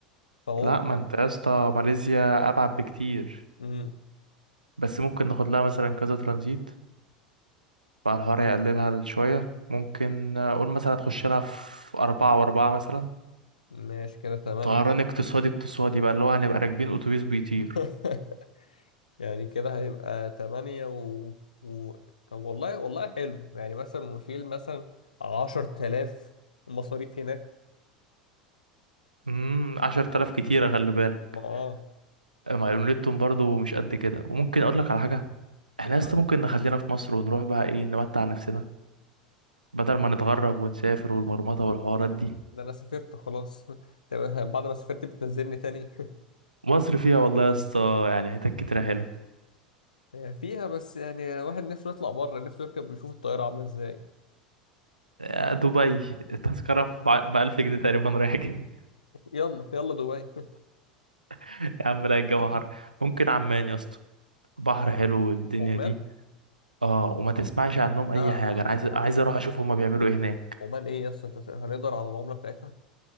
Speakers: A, on the left; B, on the right.
A: فممكن
B: لا ما انت يا اسطى ماليزيا ابعد بكتير
A: امم
B: بس ممكن ناخد لها مثلا كذا ترانزيت فالحوار يقللها شوية ممكن آه، قول مثلا هتخش لها في أربعة وأربعة مثلا
A: ماشي كده 8
B: طيران اقتصادي اقتصادي بقى اللي هو هنبقى راكبين اتوبيس بيطير
A: <laughs> يعني كده هيبقى 8 و... و... طب والله والله حلو يعني مثلا نشيل مثلا 10000 مصاريف هناك
B: امم 10000 كتيرة خلي بالك
A: ما اه
B: مع ليلتهم برضو مش قد كده وممكن اقول
A: مم.
B: لك على حاجة احنا
A: ايه
B: لسه
A: بقى
B: ممكن نخلينا في مصر ونروح بقى ايه نمتع نفسنا بدل ما نتغرب ونسافر والمرمطة والحوارات دي
A: ده انا سافرت خلاص <laughs> طب بعد ما سافرت بتنزلني تاني
B: مصر فيها والله يا اسطى يعني حتت كتيرة حلو
A: <laughs> فيها بس يعني واحد نفسه يطلع بره نفسه يركب يشوف الطياره عامله ازاي
B: آه، دبي التذكرة ب 1000 جنيه تقريبا رايح جاي
A: يلا يلا دبي
B: <laughs> يا عم لا الجو
A: <laughs>
B: حر ممكن عمان يا اسطى بحر حلو والدنيا
A: عمان
B: دي اه وما تسمعش عنهم اي
A: لا
B: حاجة
A: لا
B: انا
A: لا
B: عايز
A: لا
B: عايز
A: لا
B: اروح
A: لا
B: اشوف هما بيعملوا ايه هناك
A: عمان ايه يس انت هنقدر على العملة بتاعتها